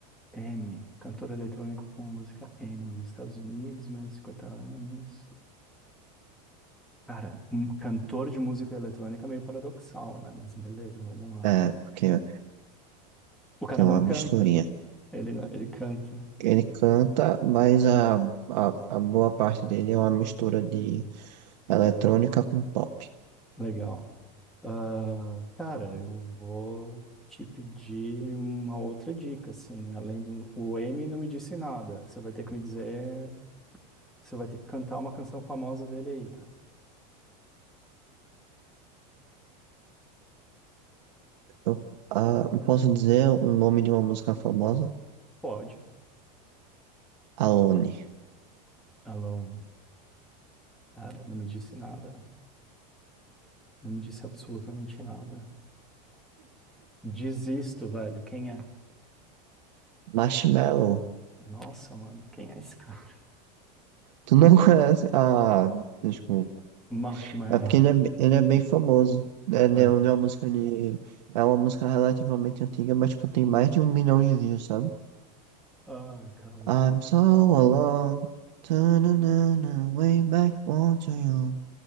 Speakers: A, in the centre; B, on the right (about 80°).
A: M, cantor eletrônico com a música M, nos Estados Unidos, menos de 50 anos. Cara, um cantor de música eletrônica é meio paradoxal, né? Mas beleza, vamos lá.
B: é, porque
A: O cara
B: tem
A: não
B: uma
A: canta,
B: misturinha.
A: ele, não- ele canta.
B: Ele canta, mas a, a, a boa parte dele é uma mistura de eletrônica com pop.
A: Legal. Ah, cara, eu vou te pedir uma outra dica, assim, além do... O M não me disse nada, você vai ter que me dizer, você vai ter que cantar uma canção famosa dele aí, cara.
B: Eu, ah, eu posso dizer o nome de uma música famosa?
A: Pode.
B: Alone.
A: Alone, cara, não me disse nada. Não me disse absolutamente nada. Desisto, velho. Quem é?
B: Marshmello.
A: Nossa, mano, quem é esse cara?
B: Tu não <laughs> conhece? Ah, desculpa.
A: <laughs> Marshmallow.
B: É porque ele é, be- ele é bem famoso. É, né,
A: É.
B: é uma música de. É uma música relativamente antiga, mas tipo, tem mais de um milhão de views, sabe?
A: Ai, cara,
B: I'm
A: tanto.
B: so alone. Ta-na-na-na, way back onto you.